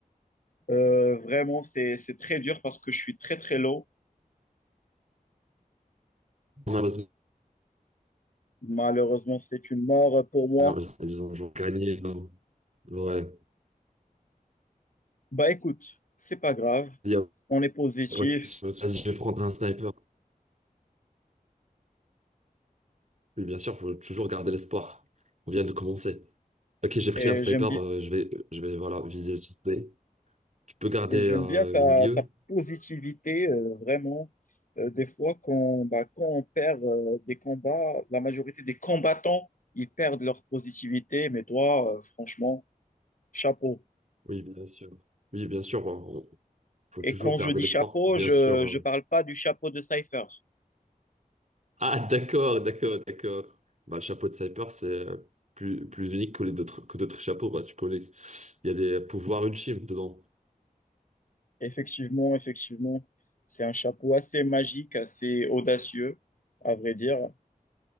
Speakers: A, on the left; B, on the right.
A: Euh, vraiment, c'est, c'est très dur parce que je suis très très low.
B: Malheureusement,
A: Malheureusement, c'est une mort pour moi.
B: alors, ils ils ont ils ont gagné. non. Ouais,
A: Bah écoute, c'est pas grave.
B: il y a
A: On est positif
B: pas de souci. Vas-y, je vais prendre un sniper. Oui, bien sûr, il faut toujours garder l'espoir. On vient de commencer. Ok, j'ai pris
A: et
B: un sniper,
A: j'aime bien,
B: euh, je vais, je vais voilà, viser le suspect. Tu peux garder
A: Et
B: euh,
A: j'aime bien ta,
B: le milieu?
A: ta positivité, euh, vraiment. Euh, des fois, quand, bah, quand on perd euh, des combats, la majorité des combattants, ils perdent leur positivité. Mais toi, euh, franchement, chapeau.
B: Oui, bien sûr. Oui, bien sûr, il faut
A: Et
B: toujours
A: quand
B: garder
A: je dis
B: l'espoir
A: chapeau,
B: pour bien
A: je
B: sûr. euh,
A: ne parle pas du chapeau de Cypher.
B: Ah, d'accord, d'accord, d'accord. Bah, le chapeau de sniper, c'est euh, plus, plus unique que les d'autres, que d'autres chapeaux, bah, tu connais. Il y a des pouvoirs ultimes dedans.
A: Effectivement, effectivement, c'est un chapeau assez magique, assez audacieux, à vrai dire.